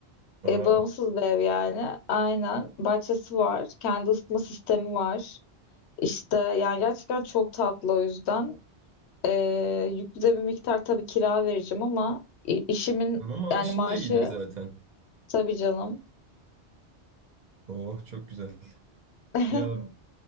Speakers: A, on the right; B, on the left.
A: Aa,
B: E, bağımsız bir ev yani. Aynen. Bahçesi var. Kendi ısıtma sistemi var. İşte yani gerçekten çok tatlı o yüzden. E, yüklü de bir miktar tabii kira vereceğim ama i- işimin
A: ama maaşın
B: yani maaşı
A: da iyidir zaten.
B: tabii canım.
A: Oh çok güzel.
B: <laughs>
A: Ya